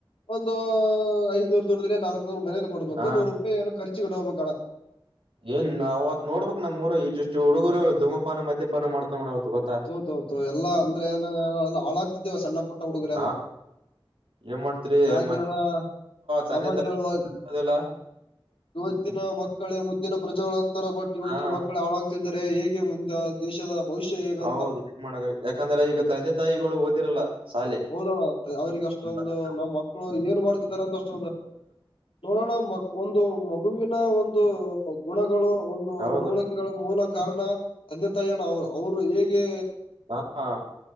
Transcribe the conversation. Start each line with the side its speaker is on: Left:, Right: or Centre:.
Left: ಒಂದು ಐದ್ನೂರ್ ದುಡಿದ್ರೆ ನಾಲ್ಕ್ ನೂರ್ ಮನೇಲಿ ಕೊಡ್ಬೇಕು
Right: ಹಾ
Left: ನೂರ್ ಏನು ಖರ್ಚುಿ ಹಬಬೇಕಣ
Right: ಏನ್ ಅವತ್ ನೋಡ್ಬೇಕು ನಮ್ಮೂರು ಇಷ್ಟ ಇಷ್ಟು ಹುಡುಗರು ಧೂಮಪಾನ ಮದ್ಯಪಾನ ಮಾಡ್ತೋ ಅವ ಗೊ <unintelligible>
Left: <inaudible>
Right: ಹಾ ಏನ್ ಮಾಡ್ತೀರಿ
Left: ಹಿಂಗಾಗಿ
Right: ಮ
Left: ಅಣ್ಣ
Right: ತಂದೆ
Left: ಸಮಾಜ
Right: ತಾಯಿಲ್ಲ
Left: ಹೇಳುವ
Right: <unintelligible>
Left: ಇವತ್ತಿನ ಮಕ್ಕಳೇ ಮುಂದಿನ <unintelligible> ಪ್ರಜೆಗಳಂತರ ಬಟ್
Right: ಗೊತ್ತಾ
Left: ಇವತ್ತಿನ ಮಕ್ಕಳು ಹಾಳಾಗ್ತಿದರೆ ಹೇಗೆ ಮುಂದೆ ದೇಶದ ಭವಿಷ್ಯ ಹೇಗಂತ
Right: ಹೌದು ಯಾಕಂದ್ರೆ ಈಗ ತಂದೆ ತಾಯಿಗಳು ಓದಿರಲ್ಲ ಶಾಲೆ
Left: ಹೌದಣ್ಣ ಅವ್ರಿಗೆ ಅಷ್ಟೊಂದು
Right: ಮತ್ತ್
Left: ನಮ್ಮ್ ಮಕ್ಳು ಏನು ಮಾಡ್ತಿದ್ದಾರೆ ಅಂತ ಅಷ್ಟೊಂದು ನೋಡೋಣ ಮ ಒಂದು ಮಗುವಿನ ಒಂದು ಗುಣಗಳು ಒಂದು
Right: ಹೌದು
Left: ನಡವಳಿಕೆ <unintelligible> ಮೂಲ ಕಾರಣ ಅನ್ತಯ್ಯಣ್ಣ ಅವರು ಅವ್ರು ಹೇಗೆ
Right: ಹಾ